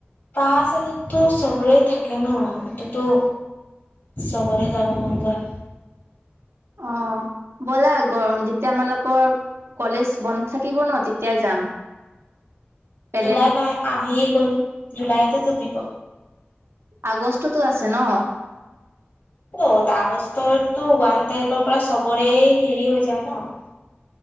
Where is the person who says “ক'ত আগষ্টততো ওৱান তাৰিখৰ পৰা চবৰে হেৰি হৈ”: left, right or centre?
Left